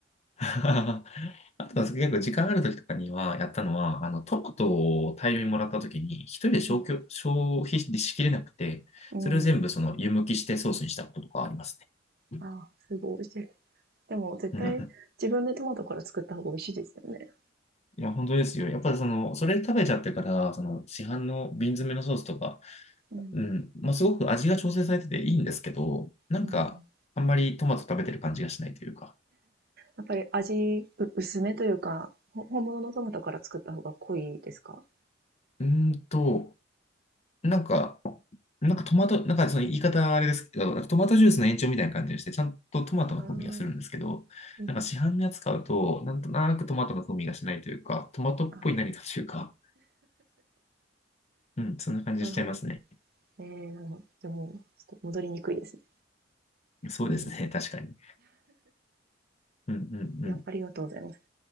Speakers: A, on the left (about 35°); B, on the right (about 55°).
A: <laughs> あとは結構時間ある時とかにはやったのは、あの、トマトを大量にもらった時に、一人で消去、
B: うん。
A: 消費しきれなくて、
B: うん。
A: それを全部その湯むきしてソースにしたこととかありますね。
B: あすごい美味しい。でも、絶対、
A: <laughs>
B: 自分でトマトから作った方が美味しいですよね。
A: いや、本当ですよ。やっぱりその、それ食べちゃってから、その市販の瓶詰めのソースとか、
B: うん。
A: うん、まあ、すごく味が調整されてていいんですけど、なんか、
B: うん。
A: あんまりトマト食べてる感じがしないというか。
B: やっぱり味、う薄めというか、ほ本物のトマトから作った方が濃いですか
A: うーんと、なんか、なんかトマト、なんかその言い方あれですけど、なんかトマトジュースの延長みたいな感じがして、
B: うん。
A: ちゃんとトマトの風味がするんですけど、
B: ああ、うん。
A: なんか市販のやつ買うと、なんとなくトマトの風味がしないというか、トマトっぽい何かというか、
B: あー
A: うん、そんな感じしちゃいますね。
B: なるほど。えーなるほど。じゃあもう、ちょっと戻りにくいですね。
A: そうですね、
B: うん。
A: 確かに。うんうんうん。
B: いや、ありがとうございます。